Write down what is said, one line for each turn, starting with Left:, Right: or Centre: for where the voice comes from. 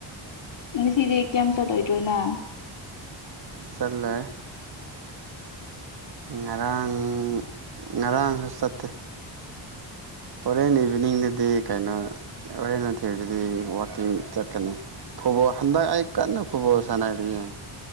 Left: ꯉꯁꯤꯗꯤ ꯀꯌꯥꯝ ꯆꯠꯂꯣꯏꯗ꯭ꯔꯣꯅ
Right: ꯆꯠꯦ ꯉꯔꯥꯡ ꯉꯔꯥꯡꯁꯨ ꯆꯠꯇꯦ ꯍꯣꯔꯦꯟ ꯏꯚꯤꯅꯤꯡꯗꯗꯤ ꯀꯩꯅꯣ ꯑꯔꯦꯅꯦꯔꯤ ꯆꯠꯀꯅꯤ ꯐꯨꯠꯕꯣꯜ ꯍꯟꯗꯛ ꯑꯩ ꯀꯟꯅ ꯐꯨꯠꯕꯣꯜ ꯁꯥꯟꯅꯔꯤꯌꯦ